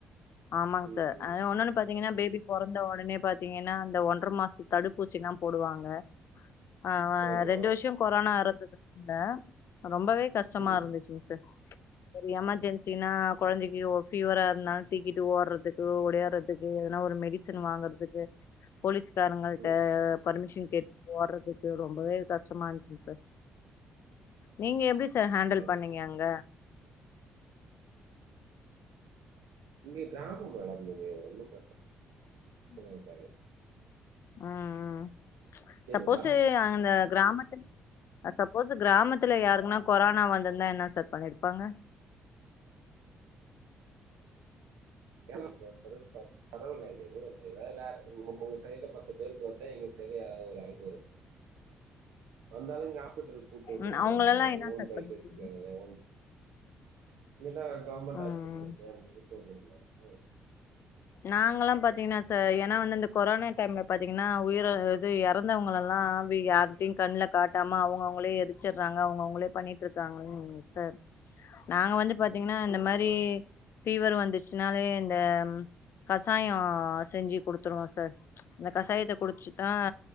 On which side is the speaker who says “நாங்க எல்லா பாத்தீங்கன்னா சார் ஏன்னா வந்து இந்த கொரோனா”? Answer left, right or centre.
Left